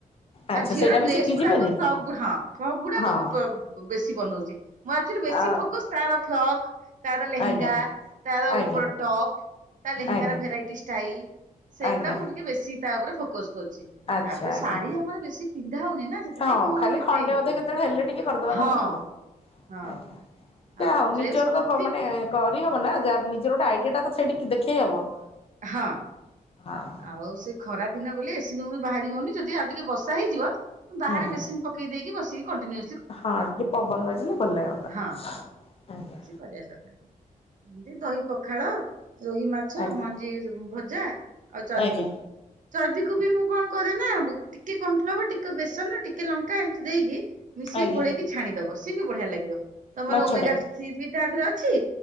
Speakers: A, on the left; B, on the right.
A: ଆଚ୍ଛା
B: ଆଉ ଝିଅର
A: ସେଇଟା ବି
B: ଡ୍ରେସ
A: ଶିଖିଯିବେନି
B: ଗୁଡାକ ଫ୍ରକ୍
A: କି
B: ହଁ ଫ୍ରକ୍ ଗୁଡାକ
A: ହଁ
B: ବେଶୀ ବନଉଛି। ମୁଁ ଆକ୍ଚୁଲି ବେଶୀ
A: ଆ
B: ଫୋକସ ତାର ଫ୍ରକ୍, ତାର ଲେହେଙ୍ଗା,
A: ଆଜ୍ଞା
B: ତାର
A: ଆଜ୍ଞା
B: ଉପର ଟପ ତା ଲେହେଙ୍ଗାର
A: ଆଜ୍ଞା
B: ଭେରାଇଟି ଷ୍ଟାଇଲ ସେଇଗୁଡା
A: ଆଜ୍ଞା
B: ମୁଁ ଟିକେ ବେଶୀ ତା ଉପରେ ଫୋକସ କରୁଛି।
A: ଆଚ୍ଛା
B: ତାପରେ
A: ଆଜ୍ଞା
B: ଶାଢୀ ଆମର ବେଶୀ ପିନ୍ଧା ହଉନି ନା ସେଥିପାଇଁ
A: ହଁ
B: ମୁଁ
A: ଖାଲି
B: ଆଉ ଏତେ
A: ଖଣ୍ଡେ
B: ଏଇ
A: ଅଧେ
B: କରୁନି।
A: କେତେବେଳେ ହେଲେ ଟିକେ କରିଦବା
B: ହଁ
A: କଥା ଆଉ
B: ହଁ
A: ଆଜ୍ଞା ଯାହା
B: ଆଉ
A: ହଉ
B: ଡ୍ରେସ
A: ନିଜର
B: କୁର୍ତ୍ତି
A: ତ ମାନେ କରିହବ ନା ଯା ନିଜର ଗୋଟେ ଆଇଡିଆ ଟା ତ ସେଇଠି ଦେଖେଇ ହବ।
B: ହଁ
A: ହଁ
B: ଆଉ ସେ ଖରାଦିନ ବୋଲି ଏ ସି ରୁମରୁ ବାହାରି ହଉନି ଯଦି ଆଉ ଟିକେ ବର୍ଷା ହେଇଯିବ ବାହାରେ
A: ଆଜ୍ଞା
B: ମେସିନ ପକେଇ ଦେଇକି ବସିକି କଣ୍ଟିନ୍ୟୁ
A: ହଁ ଟିକେ ପବନ ବାଜିଲେ ଭଲ ଲାଗନ୍ତା।
B: ହଁ
A: ଆଜ୍ଞା
B: କରିବା କଥା ଏମିତି ଦହିପଖାଳ, ରୋହିମାଛ
A: ଆଜ୍ଞା
B: ମ ଭଜା ଆଉ ଚର୍ବି।
A: ଆଜ୍ଞା
B: ଚର୍ବିକୁ ବି ମୁଁ କଣ କରେ ନା ଟିକେ କର୍ନଫ୍ଲବର ଟିକେ ବେସନ ଟି କେ ଲଙ୍କା ଏମିତି ଦେଇକି ମିଶେଇ
A: ଆଜ୍ଞା
B: ଗୋଳେଇକି ଛାଣିଦବ। ସିଏ ବି ବଢିଆ ଲାଗିବ ତମର
A: ମାଛଟାକୁ
B: ଓମେଗା ସୀବି ତା ଦେରେ ଅଛି